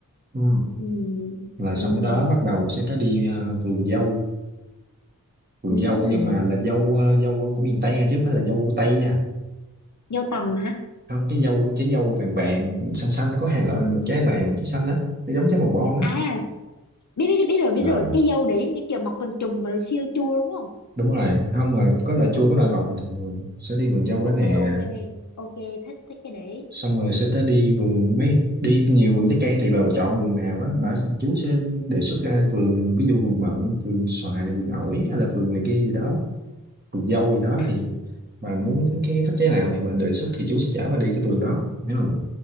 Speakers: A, on the right; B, on the left.
A: ừ.
B: Ừm,
A: là
B: ừm,
A: xong cái đó bắt đầu sẽ tới đi ờ, vườn dâu vườn
B: ừm.
A: dâu nhưng mà là dâu ờ, dâu của miền Tây nha chứ không phải là dâu Tây nha
B: dâu tằm hả
A: không cái dâu trái dâu vàng vàng xanh xanh nó có hai loại một trái vàng một trái xanh á nó giống trái bồng bon á
B: à biết biết biết rồi biết
A: à,
B: rồi cái dâu đấy như kiểu mọc từng chùm mà nó siêu chua đúng không
A: đúng rồi không mà có loại
B: Ồ,
A: chua có loại ngọt bình thường sẽ đi vườn dâu
B: ok
A: đó nè
B: ok ok thích thích cái đấy
A: xong rồi sẽ tới đi vườn mấy đi nhiều vườn trái cây tùy bà bà chọn vườn nào á bà chú sẽ đề xuất ra vườn ví dụ vườn mận vườn xoài vườn ổi
B: Ừm.
A: hay là vườn này kia gì đó vườn dâu gì đó
B: à
A: thì bà muốn cái thích trái nào thì bà đề xuất thì chú sẽ chở bà đi cái vườn đó hiểu không